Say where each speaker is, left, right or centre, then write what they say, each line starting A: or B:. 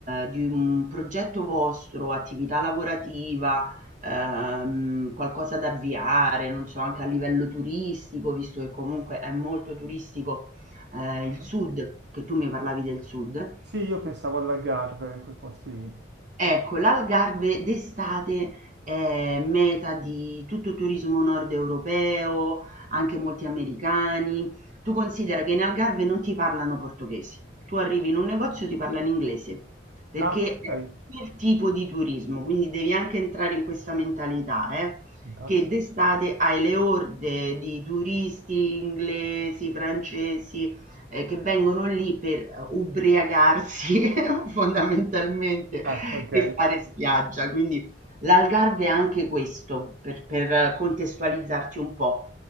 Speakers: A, on the right; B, on the right.
A: eh, di un progetto vostro, attività lavorativa, ehm, qualcosa da avviare, non so, anche a livello turistico, visto che comunque è molto turistico eh,
B: Ah.
A: il sud, che tu mi parlavi del sud,
B: Sì, io pensavo all'Algarve, quei posti lì.
A: Ecco, l'Algarve d'estate è meta di tutto turismo nord europeo, anche molti americani. Tu considera che in Algarve non ti parlano portoghese. Tu arrivi in un negozio e ti parlano inglese, perché
B: Ah,
A: è
B: ok,
A: quel tipo di turismo, quindi devi anche entrare in questa mentalità, eh,
B: fantastico.
A: che d'estate hai le orde di turisti inglesi, francesi, eh, che vengono lì per eh, ubriacarsi <laughs> fondamentalmente
B: Ah, ok.
A: e fare spiaggia. Quindi l'Algarve è anche questo, per, per eh, contestualizzarti un po'.